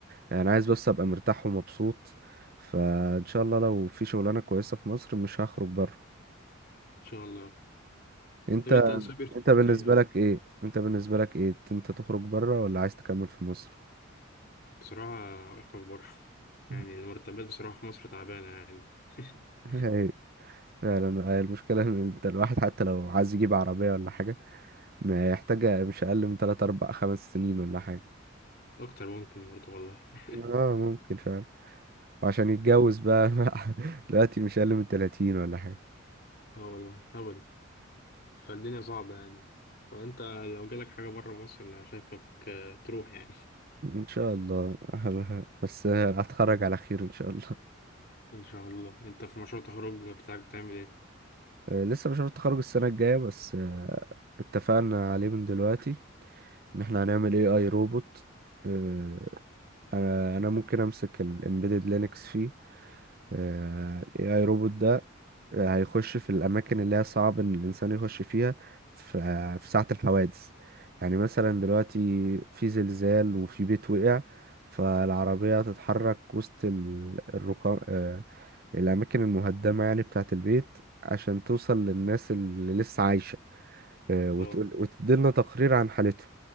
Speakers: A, on the right; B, on the left.
A: يعني عايز بس ابقى مرتاح ومبسوط فان شاء الله لو في شغلانة كويسة في مصر مش هخرج بره
B: ان شاء الله
A: انت
B: طب انت السايبر سيكيورتي
A: انت بالنسبة
B: عجبك؟
A: لك ايه انت بالنسبة لك ايه انت تخرج بره ولا عايز تكمل في مصر
B: بصراحة اخرج بره <laughs>
A: <laughs>
B: يعني المرتبات بصراحة في مصر تعبانة يعني <laughs>
A: هي فعلا هي المشكلة ان انت الواحد حتى لو عايز يجيب عربية ولا حاجة محتاجة مش أقل من تلات أربع خمس سنين ولا حاجة
B: اكتر ممكن برضه والله <laughs>
A: اه ممكن فعلا وعشان يتجوز بقى <laughs> دلوقتي مش أقل من تلاتين ولا حاجة
B: اه والله هبل فالدنيا صعبة يعني فانت لو جالك حاجة بره مصر انا شايفك آه، تروح يعني
A: إن شاء الله <laughs> بس هتخرج على خير إن شاء الله
B: <laughs> ان شاء الله انت في مشروع التخرج بتاعك بتعمل ايه
A: آه، لسه مش عارف التخرج السنة الجاية بس آه، اتفقنا عليه من دلوقتي إن احنا هنعمل اي اي روبوت آه، أنا أنا ممكن أمسك الامبيدد لينكس فيه الاي اي روبوت ده هيخش في الأماكن اللي هي صعب إن الإنسان يخش فيها ف- في ساعة الحوادث يعني مثلا دلوقتي في زلزال وفي بيت وقع فالعربية هتتحرك وسط ال- الركام آه، الأماكن المهدمة يعني بتاعة البيت عشان توصل للناس اللي لسه عايشة آه، وتقول
B: اه
A: وتديلنا تقرير عن حالتهم